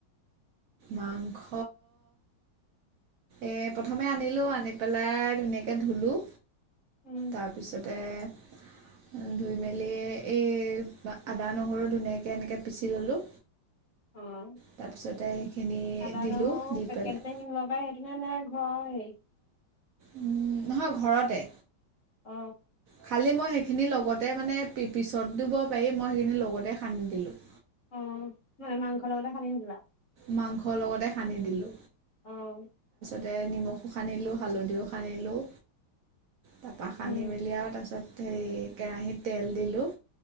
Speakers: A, on the right; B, on the left.
A: মাংস এই প্ৰথমে আনিলোঁ আনি পেলাই ধুনীয়াকে ধুলোঁ
B: উম
A: তাৰপিছতে ধুই মেলি এই আদা নহৰু ধুনীয়াকে এনেকে পিচি ললোঁ
B: অঁ
A: তাৰপিছতে সেইখিনি
B: আদা
A: দিলোঁ
B: নহৰু
A: দি
B: পেকেট
A: পেলাই
B: যে ল' প সেইদিনা নে ঘৰ
A: উম নহয় ঘৰতে
B: অ
A: খালি মই সেই খিনি লগতে মানে পিছত দিব পাৰি মই সেইখিনি লগতে সানি দিলো
B: অ ম মাংস লগত খানি নি দিবা
A: মাংস লগতে সানি দিলো
B: আহ
A: তাতে নিমখো সানিলোঁ হালধিও সানিলোঁ তাৰপা সানি
B: উম
A: মেলি আৰু তাৰপিছত হেৰি কেৰাহিত তেল দিলো